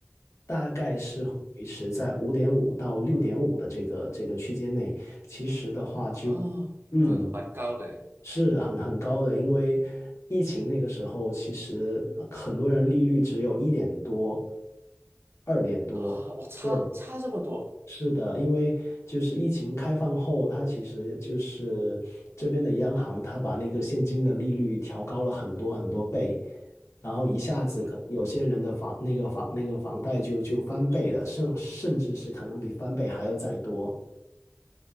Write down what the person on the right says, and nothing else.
嗯，
啊，
这都蛮高的
啊，我差差这么多，
嗯哼。